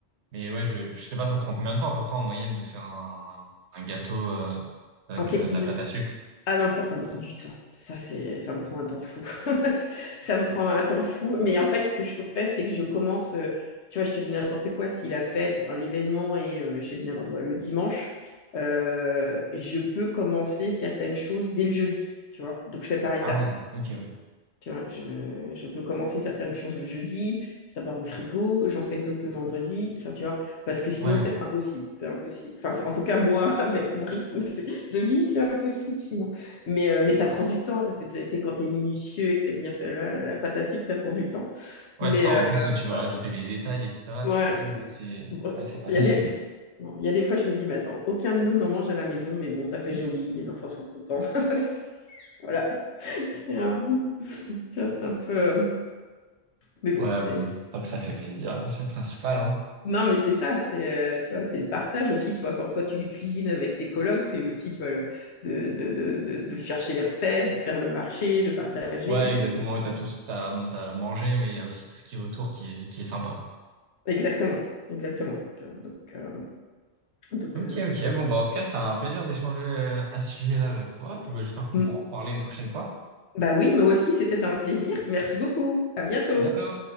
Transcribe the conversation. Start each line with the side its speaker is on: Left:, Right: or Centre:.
Right: Mais ouais, je, je sais pas, ça te prend combien de temps à peu près en moyenne de faire un, un gâteau euh, avec
Left: en cake
Right: euh,
Left: design,
Right: de la pâte à sucre?
Left: Ah non, ça, ça me prend du temps. Ça, c'est, ça me prend un temps fou. <laughs> Ça me prend un temps fou. Mais en fait, ce que je fais, c'est que je commence, euh, tu vois, je te dis n'importe quoi, si la fête, enfin l'événement et euh, je te dis n'importe quoi, le dimanche, euh, je peux commencer certaines choses dès le jeudi, tu vois. Donc, je fais par étapes.
Right: Ah oui, ok, ouais.
Left: Tu vois, je, je peux commencer certaines choses le jeudi, ça part au frigo, j'en fais d'autres le vendredi, enfin, tu vois, parce que sinon
Right: Ouais,
Left: c'est
Right: ok.
Left: impossible, c'est impossible. Enfin, c'est- en tout cas, moi, <laughs> avec mon rythme c'est- de vie, c'est impossible sinon. Mais, euh, mais ça prend du temps, parce que tu sais, quand t'es minutieux et que tu bien faire la, la- la pâte à sucre, ça prend du temps.
Right: Ouais,
Left: Mais
Right: ça,
Left: euh,
Right: en plus, si tu veux
Left: bah,
Right: rajouter les détails, etc.,
Left: ouais,
Right: tu m'étonnes, c'est,
Left: bon,
Right: ouais, c'est pas
Left: il
Right: facile.
Left: y a des... bon, il y a des fois, je me dis, mais attends, aucun de nous n'en mange à la maison, mais bon, ça fait joli, les enfants sont contents. <laughs> Voilà, c'est un, tu vois, c'est un peu... euh, Mais bon,
Right: Ouais,
Left: c'est...
Right: bon, tant que ça fait plaisir, c'est le principal, hein.
Left: Non, mais c'est ça, c'est euh, tu vois, c'est le partage aussi, tu vois, quand toi tu cuisines avec tes colocs, c'est aussi, tu vois, le, de, de, de, de, de chercher les recettes, de faire le marché, de partager,
Right: Ouais,
Left: bon,
Right: exactement.
Left: c'est ça.
Right: Et t'as tout, t'as, bon, t'as mangé, mais il y a aussi tout ce qui est autour qui est, qui est sympa.
Left: Exactement, exactement. Donc, euh, donc
Right: Ok,
Left: euh,
Right: ok.
Left: c'est chouette.
Right: Bon, bah, en tout cas, c'était un plaisir d'échanger euh, à ce sujet-là avec toi. Et puis, bah, j'espère qu'on
Left: Mm.
Right: pourra en reparler une prochaine fois.
Left: Bah oui, moi aussi, c'était un plaisir. Merci beaucoup. À bientôt.
Right: À bientôt.